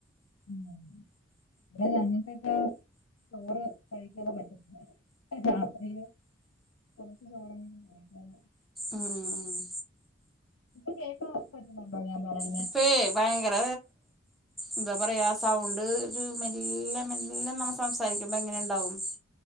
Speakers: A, on the left; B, in the centre.
A: മ്മ് അ ഞങ്ങൾക്കൊക്കെ ചോറ് കഴിക്കാതെ പറ്റത്തില്ല. <unintelligible>
B: ഉം
A: ഇപ്പൊ <unintelligible>
B: ഇപ്പേ ഭയങ്കര എന്താ പറയാ സൗണ്ട് ഒരു മെല്ലെ മെല്ലെ നമ്മൾ സംസാരിക്കുമ്പോ എങ്ങനെയുണ്ടാവും.